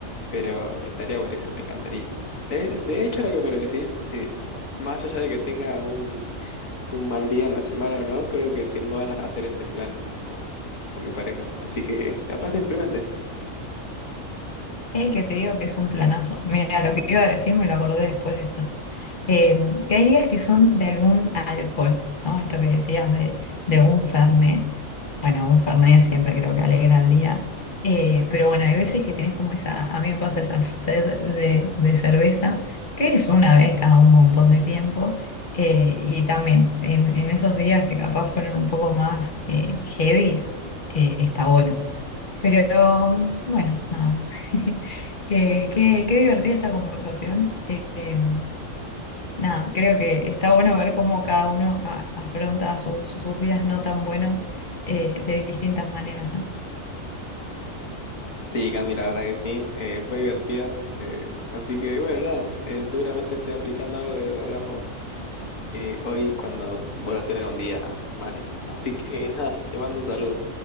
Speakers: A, on the left; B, on the left.
A: pero estaría buenísimo, me encantaría. De, de hecho, ahora que me lo decís, eh, más allá de que tenga un, un mal día en la semana o no, creo que tengo ganas de hacer ese plan con, con mi pareja. Así que capaz lo implemente.
B: Ey, que te digo que es un planazo. Mira, lo que iba a decir me lo acordé después de esto. Eh, que hay días que son de algún alcohol, ¿no? Esto que decías de, de un fernet. Bueno, un fernet siempre creo que alegra el día. Eh, pero bueno, hay veces que tenés como esa, a mí me pasa esa sed de, de cerveza, que es una vez cada un montón de tiempo. Eh, y también en, en esos días que capaz fueron un poco más eh, heavies, eh, está bueno. Pero bueno, nada. <laughs> Eh, qué, qué divertida esta conversación. Eh, em, nada, creo que está bueno ver cómo cada uno a- afronta sus, sus días no tan buenos eh, de distintas maneras, ¿no?
A: Sí, Cami, la verdad que sí. eh, fue divertida. eh, así que bueno, nada. eh, seguramente esté aplicando algo de lo que hablamos eh, hoy cuando vuelva a tener un día malo. Así que <laughs> nada, te mando un saludo.